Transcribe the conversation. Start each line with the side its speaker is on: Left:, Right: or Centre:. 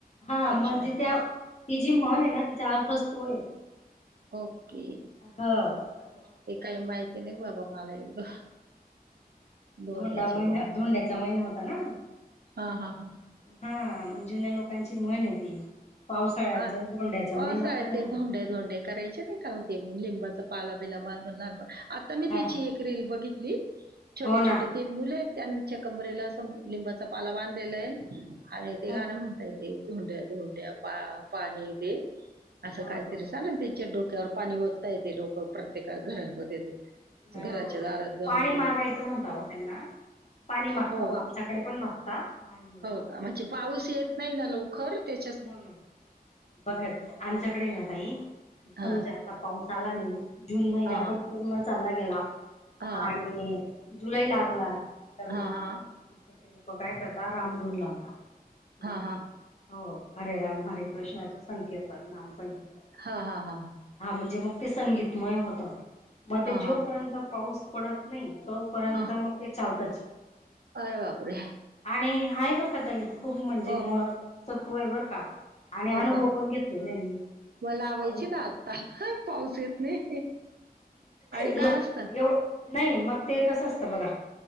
Left: हा
Right: अच्छा
Left: म्हणजे त्या ती जी म्हण आहे ना तिचा अर्थच तो आहे.
Right: ओके
Left: ह तर मग
Right: ते काही
Left: उशीर
Right: माहिती नाही बाबा मला एवढं धोंड्याची
Left: धोंडा महिना
Right: हो
Left: धोंड्याचा महिना होता ना.
Right: हा हा हा
Left: हा जुन्या लोकांची म्हण हाय ती पावसाळ्यात
Right: हा
Left: जर धोंड्याचा
Right: पावसाळ्यात
Left: महिना आला.
Right: ते धोंडे धोंडे करायचे नाही का हो लिंबाच पाला बिला बांधून लान प आता मी
Left: हा
Right: त्याची
Left: हा
Right: एक रील बघितली छोटे
Left: हो ना
Right: छोटे ते मुलं त्यांच्या कंबरेला असं लिंबाचा पाला बांधलेला आहे. आणि ते
Left: हो
Right: गाणं म्हणताहेत ते धोंड्या धोंड्या पा पाणी दे असं
Left: हो
Right: काहीतरी
Left: हो
Right: चाल ना ते च्या डोक्यावर पाणी ओतता येते डोकं प्रत्येका घरामध्ये
Left: अ
Right: घराच्या दारात जाऊन
Left: पाणी
Right: ते
Left: मागायचं म्हणताव त्यांना पाणी मागता
Right: हो
Left: व
Right: का
Left: आमच्या कडे पण मागता. लहान मुलं
Right: हो का म्हणजे पाऊस येत नाही ना लवकर त्या
Left: म्हनून बघत आमच्याकडे ना ताई
Right: हां,
Left: समजा आता पाऊस आला नाही. जून महिना
Right: हां,
Left: पण पूर्ण चालला गेला
Right: हां,
Left: आणि जुलै लागला, तर मग
Right: हां, हां,
Left: अ इकडचे लोकं काय करतात? रामधुन लावता. म्हणजे?
Right: हां, हां,
Left: हो, हरे राम हरे कृष्णाचं संकीर्तन नाम संकीर्तन.
Right: हां, हां, हां, हां, हां,
Left: हा म्हणजे मग ते संगीतमय होतं, मग ते जोपर्यंत
Right: हां.
Left: पाऊस पडत नाही तो पर्यंत
Right: हां, हां.
Left: मग ते चालतच.
Right: अरे बापरे!
Left: आणि हाय बरं का ताई, खूप म्हणजे
Right: हो,
Left: म तत्व आहे बरं का. आणि
Right: हो
Left: अनुभव
Right: का?
Left: पण घेतलेले आहे मी,
Right: मग
Left: जर
Right: लावायची
Left: पाऊस
Right: ना आत्ता पाऊस येत नाही. आणि
Left: ला
Right: काय असतं?
Left: एव नाही मग ते कसं असतं बघा